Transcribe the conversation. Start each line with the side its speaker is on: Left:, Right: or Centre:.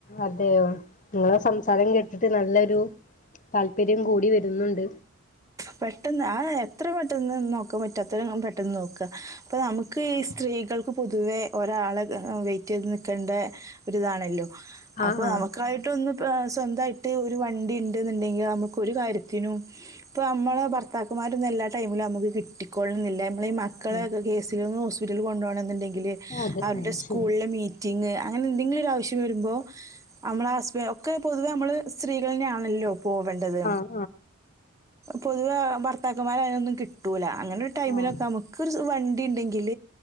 Left: അതെയോ ങ്ങളെ സംസാരം കേട്ടിട്ട് നല്ലൊരു താല്പര്യം കൂടി വരുന്നുണ്ട്
Right: പെട്ടെന്ന് ആ എത്ര പെട്ടെന്ന് നോക്കാപറ്റോ അത്ര പെട്ടെന്ന് നോക്കുക പ്പൊ നമുക്ക് ഈ സ്ത്രീകൾ ക്ക് പൊതുവേ ഒരാളെ വെയിറ്റെയ്ത് നിക്കേണ്ട ഒരിതാണല്ലോ
Left: ആഹ്
Right: അപ്പൊ
Left: ആഹ്
Right: നമുക്കായിട്ടൊന്ന് സ്വന്തായിട്ട് ഒരു വണ്ടിണ്ട്ന്നുണ്ടെങ്കിൽ നമുക്ക് ഒരു കാര്യത്തിനും പ്പോ നമ്മളെ ഭർത്താക്കന്മാരൊന്നും എല്ലാ ടൈമിലും നമുക്ക് കിട്ടിക്കൊളണംന്നില്ല നമ്മളീ മക്കളെക്കെ
Left: ഉം
Right: കേസിൽ ഹോസ്പിറ്റലിൽ കൊണ്ടോണംന്നുണ്ടെങ്കിൽ
Left: അതെ
Right: അവരുടെ
Left: ആഹ്
Right: സ്കൂളിലെ
Left: ശരി
Right: മീ റ്റിങ്ങ് അങ്ങനെ എന്തെങ്കിലും ഒരു ആവശ്യം വരുമ്പോ നമ്മള ഹസ്ബൻ ഒക്കെ പൊതുവേ നമ്മള് സ്ത്രീകളെന്നെയാണല്ലോ പോവണ്ടത്
Left: ആ
Right: പൊതുവെ ഭർത്താക്കന്മാരെ അതിനൊന്നും കിട്ടൂല്ല അങ്ങനെരു ടൈമിലൊക്കെ
Left: ആഹ്
Right: നമുക്ക രു വണ്ടിണ്ടെങ്കിൽ